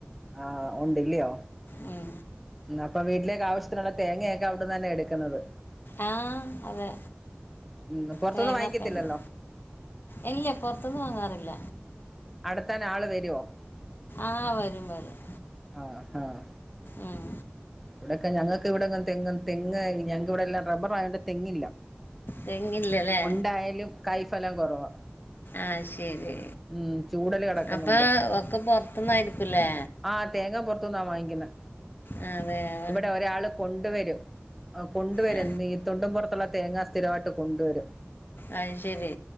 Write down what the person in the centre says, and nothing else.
ആഹ് ഉണ്ട് അല്ലയോ
അപ്പൊ വീട്ടിലേക്ക് ആവശ്യത്തിനുള്ള തേങ്ങയൊക്കെ അവിടെന്ന് തന്നെ എടുക്കുന്നത്
ഉം പുറത്തൊന്നും
വാങ്ങിക്കത്തില്ലല്ലോ
അടത്താൻ ആള് വരുവോ
ആഹ് ആഹ്
ഇവിടൊക്കെ ഞങ്ങൾക്ക് ഇവിടെ തേങ്ങ് ഞങ്ങക്ക് ഇവിടെ എല്ലാം റബർ ആയത് കൊണ്ട് തേങ്ങില്ല
ഉണ്ടായാലും കയ്ഫലം കുറവാ
ഉം ചൂടല് കിടക്കുന്നുണ്ട്
ആഹ് തേങ്ങ പുറത്തനിന്നാ വാങ്ങിക്കുന്നത്
ഇവിടെ ഒരാള് കൊണ്ടുവരും ആഹ് കൊണ്ടുവരും
ഈ തൊണ്ടും പുറത്തുള്ള തേങ്ങാ സ്ഥിരമായിട്ട് കൊണ്ടുവരും